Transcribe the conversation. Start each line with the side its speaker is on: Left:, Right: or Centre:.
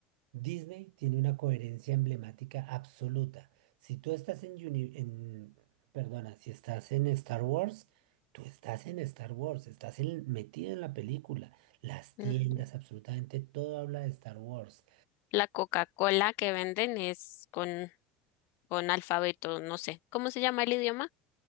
Right: Disney tiene una coherencia emblemática absoluta. Si tú estás en, Uni- en- perdona, si estás en Star Wars, tú estás en Star Wars, estás en- metido en la película. Las tiendas,
Left: mm.
Right: absolutamente todo habla de Star Wars.
Left: La Coca-Cola que venden es con, con alfabeto, no sé. ¿Cómo se llama el idioma?